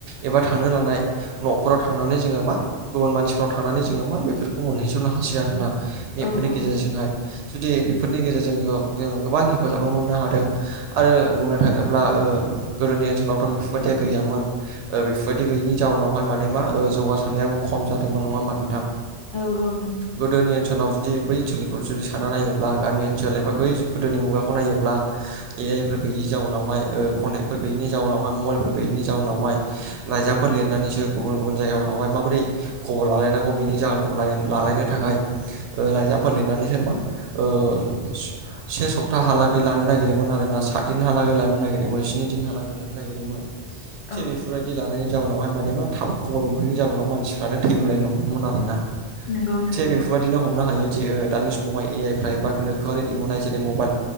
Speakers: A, on the right; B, on the left.
A: एबा थांनो लानाय न'फोराव थांनानै जोङो मा गुबुन मानसिफ्राव थांनानै जोङो मा बेफोरखौ मोनहैस'नो हासै आरोना। बेफोरनि
B: औ औ
A: गेजेरजोंहाय जुदि बेफोरनि गेजेरजों जों जों गोबां हेफाजाबबो मोननो हादों। आरो बुंनो थाङोब्ला ओ गोदोनि ओनसोलावथ' बेफोरबायदिया गैयामोन। ओ बेफोरबायदि गैयिनि जाउनावहाय माने मा जौगासारनायाबो खम जादोंमोन नङा होनोमबा नोंथां?
B: औ औ नंगौ
A: गोदोनि ओनसोलाव जुदि बै ओनसोलनि जुदि साना नायोब्ला गामि ओनसोल एबा बै गोदोनि मुगाखौ नायोब्ला ए आइफोर गैयि जाउनावहाय ओ कन्टेक्टफोर गैयिनि जाउनावहाय मबाइलफोर गैयैनि जाउनावहाय लाइजामफोर लिरनानैसो गुबुन गुबुन जायगायाव थांबाय माबोरै खबर लालायनांगौ बिनि जाहोनखौ ला-लायनो थाखाय ओ लाइजामफोर लिरनानैसो मा ओ स-से सप्ता हालागै लानो नागिरदोंमोन आरोना सा दिन हालागै लानो नागिरयोमोन स्नि दिन हालागै लानो नागिरोमोन थिरि
B: औ
A: बिदि लानायनि जाउनावहाय माने मा थाब खबर मोनफिनैनि उनाव मानसिफ्रानो थैगुलायनो हमोमोन आरोना।
B: नंगौ नंगौ
A: थि बेफोरबायदिनो हमनो हायो जे ओ दानि समावहाय ए आइफ्रा एबा गोनोखोआरि दिहुनाय जेरै मबाइल